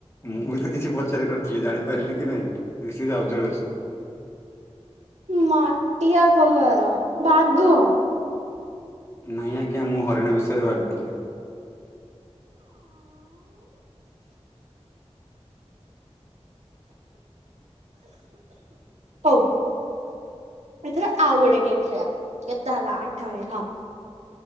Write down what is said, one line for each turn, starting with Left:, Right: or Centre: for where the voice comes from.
Left: ମୁଁ ବି ତ କିଛି ପଚାରି ନଥିଲି। ଜାଣିପାରିଲି କି ନାହିଁ ଦିଶି ଇଜ୍ ଏ ଅବଜବେସନ୍।
Right: ମାଟିଆ କଲର୍ ବାଘ।
Left: ନାହିଁ ଆଜ୍ଞା ମୁଁ ହରିଣ ବିଷୟରେ ଭାବିଥିଲି।
Right: ହୋଉ। ଏଥର ଆଉ ଗୋଟେ ଗେମେ ଖେଲିବା କେତେ ହେଲା ଆଠ ମିନିଟ୍ ହଁ।